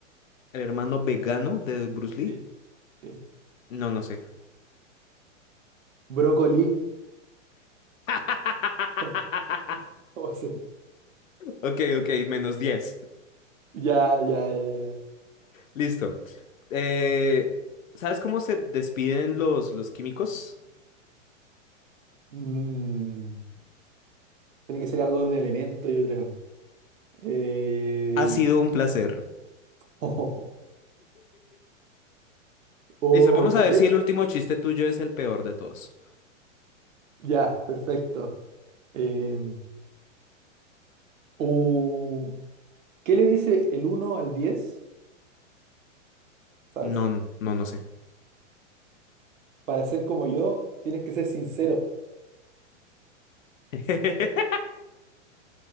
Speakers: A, on the left; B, on the right.
A: ¿El hermano vegano de Bruce Lee?
B: Sí. Sí.
A: No, no sé.
B: Brócoli.
A: <laughs>
B: <laughs> ¿Cómo se-
A: Ok, ok, menos 10.
B: Ya, ya, ya, ya.
A: Listo. Eh, ¿sabes cómo se despiden los, los químicos?
B: Mm, Tiene que ser algo de un elemento, yo creo. Eh,
A: Ha sido un placer.
B: <laughs> Oh,
A: Listo, vamos a ver
B: eh, eh,
A: si el último chiste tuyo es el peor de todos.
B: ya, perfecto. Eh, uh, ¿qué le dice el uno al diez ¿Sabes?
A: No, no, no sé.
B: Para ser como yo, tienes que ser sincero.
A: <laughs>